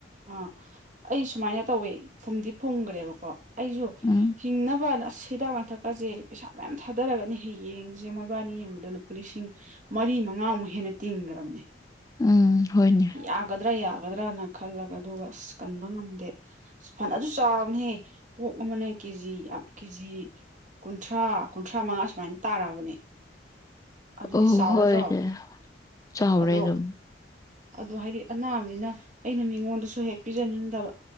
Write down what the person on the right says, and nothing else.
ꯑꯥ ꯑꯩ ꯁꯨꯃꯥꯏꯅ ꯇꯧꯋꯦ ꯐꯨꯝꯗꯤ ꯐꯨꯝꯒꯔꯦꯕꯀꯣ ꯑꯩꯖꯨ
ꯍꯤꯡꯅꯕꯅ ꯑꯁ ꯍꯤꯗꯥꯛ ꯃꯥꯡꯊꯛ ꯂꯨꯄꯥꯁꯦ ꯄꯩꯁꯥ ꯃꯌꯥꯝ ꯊꯥꯗꯔꯒꯅꯤ ꯍꯌꯦꯡꯁꯦ ꯃꯣꯏꯕꯥꯅꯤ ꯌꯦꯡꯕꯨꯗ ꯂꯨꯄꯥ ꯂꯤꯁꯤꯡ ꯃꯔꯤ ꯃꯉꯥꯃꯨꯛ ꯍꯦꯟꯅ ꯇꯤꯡꯈ꯭ꯔꯕꯅꯦ
ꯌꯥꯒꯗ꯭ꯔꯥ ꯌꯥꯒꯗ꯭ꯔꯅ ꯈꯜꯂꯒ ꯑꯗꯨꯒ ꯑꯁ ꯀꯟꯕ ꯉꯝꯗꯦ ꯐꯅꯁꯨ ꯆꯥꯎꯔꯕꯅꯦꯍꯦ ꯑꯣꯛ ꯑꯃꯅ ꯀꯦꯖꯤ ꯌꯥꯝ ꯀꯦꯖꯤ ꯀꯨꯟꯊ꯭ꯔꯥ ꯀꯨꯟꯊ꯭ꯔꯥ ꯃꯉꯥ ꯁꯨꯃꯥꯏꯅ ꯇꯥꯔꯛꯑꯕꯅꯦ ꯑꯗꯨꯗꯤ
ꯆꯥꯎꯔꯗ꯭ꯔꯣ
ꯑꯗꯣ
ꯑꯗꯣ ꯍꯥꯏꯗꯤ ꯑꯅꯥꯕꯅꯤꯅ ꯑꯩꯅ ꯃꯤꯉꯣꯟꯗꯁꯨ ꯍꯦꯛ ꯄꯤꯖꯅꯤꯡꯗꯕ